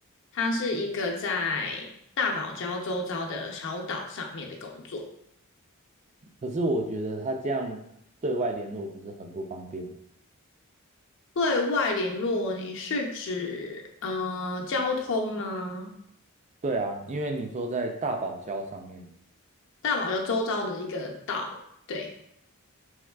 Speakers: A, on the left; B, on the right.
A: 它是一个在大堡礁周遭的小岛上面的工作。
B: 可是我觉得他这样对外联络不是很不方便吗？
A: 对外联络，你是指呃交通吗？
B: 对啊，因为你说在大堡礁上面，
A: 大堡礁周遭的一个岛。对，